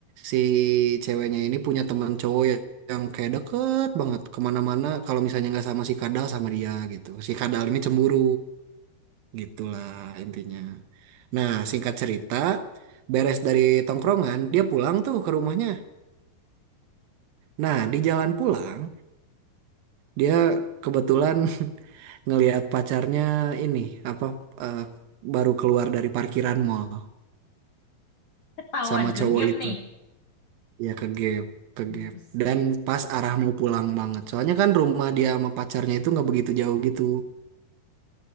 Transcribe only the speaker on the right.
si ceweknya ini punya teman cowok yang, yang kayak deket banget kemana-mana kalau misalnya nggak sama si Kadal sama dia gitu si Kadal ini cemburu gitulah intinya nah singkat cerita beres dari tongkrongan dia pulang tuh ke rumahnya nah di jalan pulang dia kebetulan <laughs> ngelihat pacarnya ini apa eh, baru keluar dari parkiran mall
sama
cowok
itu
Ya ke gap, ke
gap. Dan pas arah mau pulang banget. Soalnya kan rumah dia sama pacarnya itu nggak begitu jauh gitu.